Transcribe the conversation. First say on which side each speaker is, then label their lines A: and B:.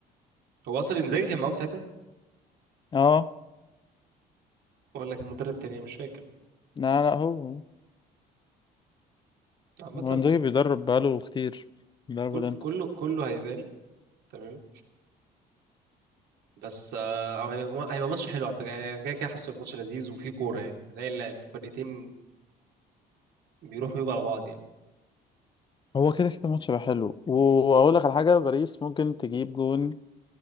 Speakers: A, on the right; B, on the left.
A: هو اصلا انزاجي كان معاهم ساعتها
B: اه
A: ولا كان مدرب تاني أنا مش فاكر
B: لا لا هو هو
A: عامه
B: هو انزاجي بيدرب بقاله كتير بيدرب
A: كل
B: الانتر
A: كله كله هيبان تمام بس آه، هو هيبقى هيبقى ماتش حلو على فكره يعني انا كده كده حاسه الماتش لذيذ وفيه كوره يعني هنلاقي الفرقتين بيروحوا يجوا على بعض يعني
B: هو كده كده الماتش هيبقى حلو واقول لك على حاجه باريس ممكن تجيب جون